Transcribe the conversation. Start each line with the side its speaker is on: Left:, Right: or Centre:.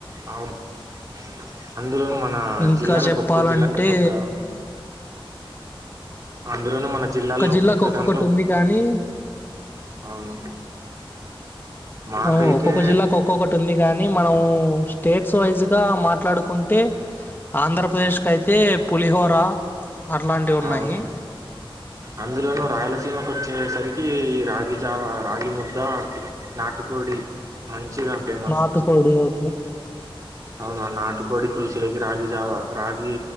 Right: అవును అ అందులోను మన
Left: ఇంకా
Right: జిల్లాలకు
Left: చెప్పాలంటే
Right: ఒక్కొ జిల్లా ఒక్కొక్క అందులోను మన జిల్లాలో
Left: జిల్లాకు
Right: ఒక్కొక్క
Left: ఒక్కొక్కటి
Right: దాంట్లో
Left: ఉంది కానీ
Right: అవును మాకైతే
Left: అవ్ ఒక్కొక్క జిల్లాకి ఒక్కొక్కటి ఉంది కాని మనము స్టేట్స్ వైజ్గా మాట్లాడుకుంటే ఆంధ్రప్రదేశ్ కయితే పులిహోర అట్లాంటివి ఉన్నాయి
Right: అవును అందులోనుూ రాయలసీమ కోచ్చేసరికి ఈ రాగి జావ రాగి ముద్ద నాటుకోడి మంచిగా ఫేమస్
Left: నాటు కోడి ఓకే
Right: అవును నాటుకోడి పులుసులోకి రాగి జావ రాగి